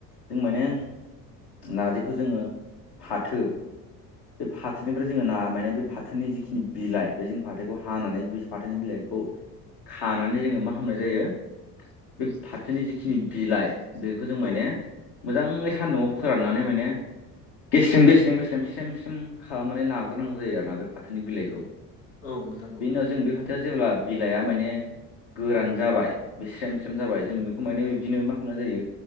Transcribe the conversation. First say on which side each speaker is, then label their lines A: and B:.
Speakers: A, on the left; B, on the left.
A: जों माने नारजिखौ जोङो फाथो बे फाथोनिफ्राय जोङो ना माने बे फाथोनि जिखिनि बिलाइ बेजों फाथोखौ हानानै फाथोनि बिलाइ खौ खानानै जोङो मा खालामामनाय जायो बे फाथोनि जिखिनि बिलाइ बेखो जों माने
B: औ
A: मोजाङै सान्दुंङाव फोराननानै माने गेस्थ्रम गेसथ्रम स्रेम स्रेम खालामनानै लाग्रोनांगौ जायो आरोना बे फाथोनि बिलाइखौ
B: नोंथां औ नोंथां
A: बेनि
B: औ
A: उनाव जों बे फाथोआ जेब्ला बिलाइया माने गोरान जाबाय बे स्रेम स्रेम जाबाय जों बेखौ माने बिबदिनो मा खालामनाय जायो